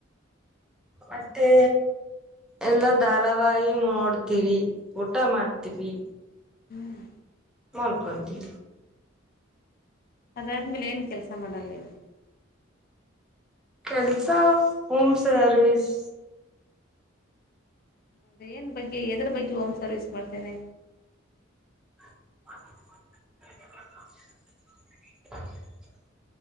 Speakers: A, in the centre; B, on the left (about 50°).
A: ಮತ್ತೆ ಎಲ್ಲಾ ಧಾರಾವಾಹಿ ನೋಡ್ತೀವಿ ಊಟ ಮಾಡ್ತೀವಿ
B: ಹ್ಮ್
A: ಮಾಡಡ್ಕಂತೀ
B: ಅದಾದ್ಮೇಲೆ ಏನ್ ಕೆಲ್ಸ ಮಾಡಲ್ಲ ನೀವ
A: ಕೆಲ್ಸ ಹೋಮ್ ಸರ್ವಿಸ್
B: ಹೌದ ಏನ್ ಬಗ್ಗೆ ಎದ್ರ ಬಗ್ಗೆ ಹೋಮ್ ಸರ್ವಿಸ್ ಮಾಡ್ತೇನೆ
A: <unintelligible>